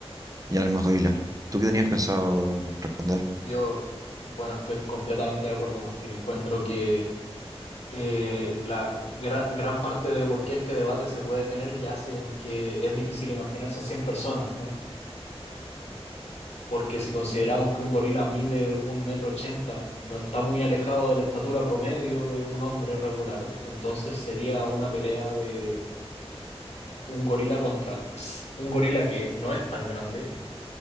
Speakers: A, on the right; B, on the left.
A: y a la gorila. ¿Tú qué tenías pensado responder?
B: Yo, bueno, estoy completamente de acuerdo, Martín. Encuentro que eh, la gran, gran parte de por qué este debate se puede tener yace en que es difícil imaginarse a 100 personas, ¿no? Porque si consideramos que un gorila mide un metro ochenta, no está muy alejado de la estatura promedio de un hombre regular, entonces sería una pelea de un gorila contra un gorila que no es tan grande